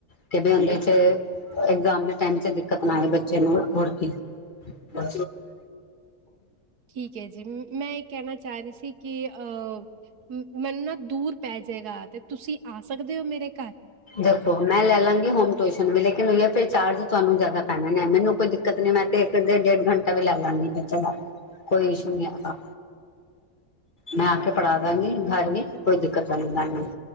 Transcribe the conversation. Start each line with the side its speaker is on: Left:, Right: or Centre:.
Left: ਕਿ ਵੀ ਉਹਦੇ 'ਚ ਇਗਜ਼ਾਮ ਦੇ ਟਾਈਮ 'ਚ ਦਿੱਕਤ ਨਾ ਆਏ ਬੱਚੇ ਨੂੰ, ਹੋਰ ਕੇ ਹਮ।
Right: ਠੀਕ ਹੈ ਜੀ, ਮੈਂ ਇਹ ਕਹਿਣਾ ਚਾਹ ਰਹੀ ਸੀ ਕਿ ਅਹ, ਮੈਨ ਨਾ ਦੂਰ ਪੈ ਜਾਏਗਾ ਤੇ ਤੁਸੀਂ ਆ ਸਕਦੇ ਹੋ ਮੇਰੇ ਘਰ?
Left: ਜਪੋ ਮੈਂ ਲੈ ਲਾਂਗੀ ਹੋਮ ਟਿਊਸ਼ਨ ਵੀ ਲੇਕਿਨ ਹੋਈਆ ਫਿਰ ਚਾਰਜ ਤੁਹਾਨੂੰ ਜ਼ਿਆਦਾ ਪੈਣਾ ਨੇ, ਮੈਨੂੰ ਕੋਈ ਦਿੱਕਤ ਨਹੀਂ ਮੈਂ ਤੇ ਫ ਡੇਢ -ਡੇਢ ਘੰਟਾ ਵੀ ਲਾ ਲੈਂਦੀ ਬੱਚੇ ਦਾ, ਕੋਈ ਇਸ਼ੂ ਨੀ ਹੈਗਾ। ਮੈਂ ਆ ਕੇ ਪੜ੍ਹਾ ਦਾਂਗੀ ਘਰ ਵੀ, ਕੋਈ ਦਿੱਕਤ ਵਾਲੀ ਗੱਲ ਨੀ।